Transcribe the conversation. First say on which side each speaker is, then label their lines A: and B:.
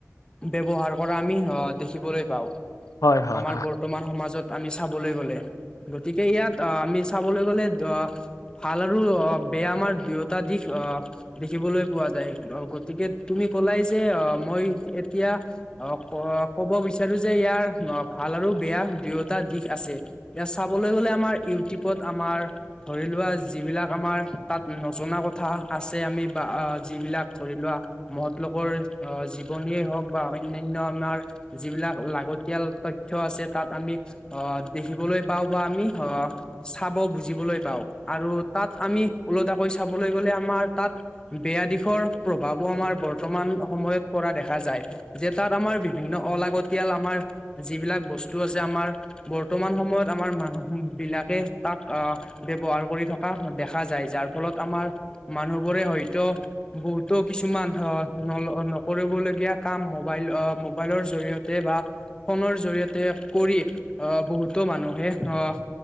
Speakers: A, on the left (about 15°); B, on the left (about 90°).
A: ব্যৱহাৰ কৰা আমি অ অ অ দেখিবলৈ পাওঁ
B: হয় হয়
A: আমাৰ
B: হয়।
A: বত বৰ্তমান সমাজত আমি চাবলৈ গলে গতিকে ইয়াত আহ আমি চাবলৈ গ'লে দ ভাল আৰু অ অ অ, বেয়া আমাৰ দুয়োটা দিশ অ অ অ দেখিবলৈ পোৱা যায় ধৰক গতিকে তুমি কলাই যে অ অ অ মই এত এতিয়া অ ক অ অ কব বিচাৰো যে ইয়াৰ ন ভাল আৰু বেয়া দুয়োটা দিশ আছে। এতিয়া চাবলৈ গ'লে আমাৰ ইউটিউবত আমাৰ ধৰিলোৱা যিবিলাক আমাৰ তাত নজনা কথা আছে আমি বা আ আ যিবিলাক ধৰিলোৱা মহৎলোকৰ আহ জীৱনীয়ে হওক বা অন্যান্য আমাৰ এ এ যিবিলাক লাগতিয়াল তথ্য আছে তাত আমি অ অ অ আ দেখিবলৈ পাও বা আমি হ অ অ চাব বুজিবলৈ পাওঁ। আৰু তাত আমি ওলটা কৈ চাবলৈ গ'লে আমাৰ তাত বেয়া দিশৰ প্ৰভাৱো আমাৰ বৰ্তমান অহ সময়ত পৰা দেখা যায় যে তাত আমাৰ বিভিন্ন অলাগতিয়াল আমাৰ যিবিলাক বস্তু আছে আমাৰ বৰ্তমান সময়ত আমাৰ মানুহ বিলাকে তাক আ আ আ। ব্যবহাৰ কৰি থকা দেখা যায় যাৰ ফলত আমাৰ মানুহবোৰে হয়তো বহুতো কিছুমান ধৰ নল অহ অ নকৰিবলগীয়া কাম মোবাইল অ অ মোবাইলৰ জৰিয়তে বা ফোনৰ জৰিয়তে কৰি আহ বহুতো মানুহে আহ